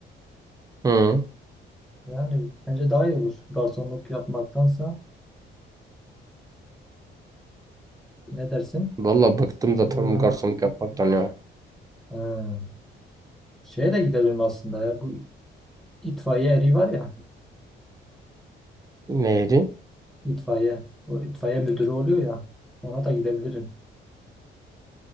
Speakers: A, on the right; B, in the centre.
A: Hı.
B: Yani bence daha iyi olur. Garsonluk yapmaktansa ne dersin?
A: Valla bıktım zaten bu garsonluk yapmaktan ya.
B: Ee, şeye de gidelim aslında ya. Bu İtfaiye eri var ya,
A: Neydi?
B: itfaiye. O itfaiye müdürü oluyor ya. Ona da gidebilirim.